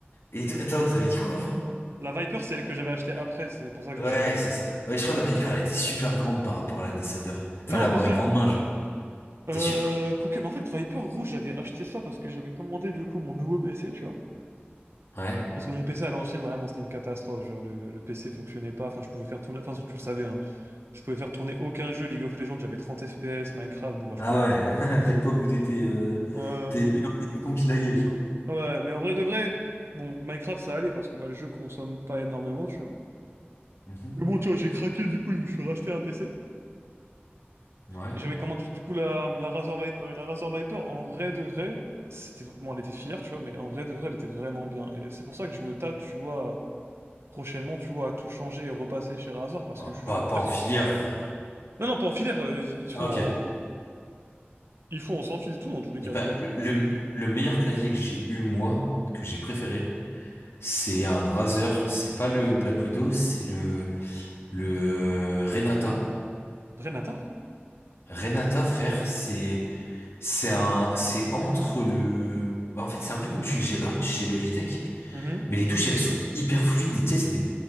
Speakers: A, on the left (about 85°); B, on the right (about 80°).
A: Et t- attends, t'avais dit quoi avant?
B: La Viper, c'est elle que j'avais achetée après, c'est pour ça que je
A: Ouais,
B: me suis...
A: c'est ça. Ouais, je crois que la Viper, elle était super grande par rapport à la Descender. Fallait
B: Non, au
A: avoir
B: contraire.
A: des grandes mains, genre. T'es
B: Euh,
A: sûr?
B: quoique, mais en fait, Viper, gros, j'avais acheté ça parce que j'avais commandé du coup mon nouveau PC, tu vois.
A: Ouais.
B: Parce que mon PC à l'ancienne, vraiment, c'était une catastrophe. Genre, le, le PC fonctionnait pas. Enfin, je pouvais faire tourner. Enfin, tu le savais, hein. Je pouvais faire tourner aucun jeu. League of Legends, j'avais 30 FPS. Minecraft, bon, bah,
A: Ah
B: je pouvais. pas.
A: ouais, <laughs> à l'époque où t'étais euh,
B: Euh,
A: t'es le meilleur péloton qui laguait, genre.
B: Ouais, mais en vrai de vrai, bon, Minecraft, ça allait parce que bah, le jeu consomme pas énormément, tu vois.
A: Mhm.
B: Mais bon, tu vois, j'ai craqué, du coup, je me suis racheté un PC.
A: Ouais.
B: Et j'avais commandé du coup la, la Razor Viper. Et la Razor Viper, en vrai de vrai, c'était, bon, elle était fière, tu vois, mais en vrai de vrai, elle était vraiment bien. Et c'est pour ça que je me tape, tu vois, prochainement, tu vois, à tout changer et repasser chez Razor parce
A: Oh,
B: que je
A: pas,
B: suis
A: pas
B: perçu.
A: en filière, frère.
B: Non, non, pas en filaire, euh, ils ils font
A: Ah ok.
B: en, ils font en sans fil tout dans tous les
A: Et
B: cas,
A: bah,
B: tu vois.
A: le, le, le meilleur clavier que j'ai eu, moi, que j'ai préféré, c'est un Drazer. C'est pas le Black Widow, c'est le, le euh, Renata.
B: Renata?
A: Renata, frère, c'est... C'est un, c'est entre le, bah, en fait, c'est un peu comme celui que j'ai là, chez Logitech,
B: Mhm.
A: mais les touches, elles sont hyper fluides, et tu sais, c'est des,